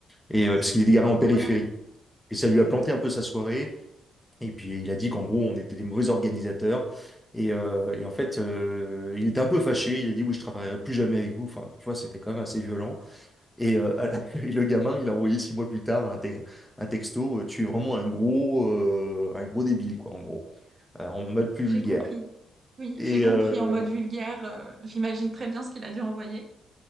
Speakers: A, in the centre; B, on the right.
A: Et euh,
B: Selon
A: parce qu'il
B: tes
A: est garé
B: propres
A: en périphérie.
B: moyens.
A: Et ça
B: D'accord.
A: lui a planté un peu sa soirée. Et puis il a dit qu'en gros, on était des mauvais organisateurs. Et, euh, et en fait, euh, il était un peu fâché. Il a dit, oui, je travaillerai plus jamais avec vous. Enfin, tu vois, c'était quand même assez violent. Et,
B: Oui,
A: euh, à la- <laughs> et le gamin, il a envoyé six mois plus tard un, te- un texto. euh, Tu es vraiment un gros, euh, un gros débile, quoi, en gros, Euh, en mode
B: Ok,
A: plus
B: j'ai
A: vulgaire.
B: compris. oui,
A: Et,
B: j'ai compris
A: euh,
B: en mode vulgaire. euh, j'imagine très bien ce qu'il a dû envoyer.